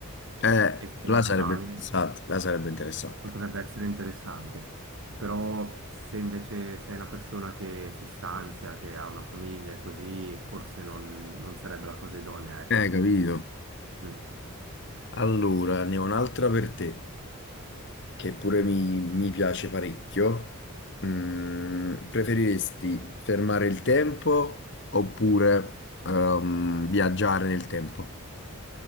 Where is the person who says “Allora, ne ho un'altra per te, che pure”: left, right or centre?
Left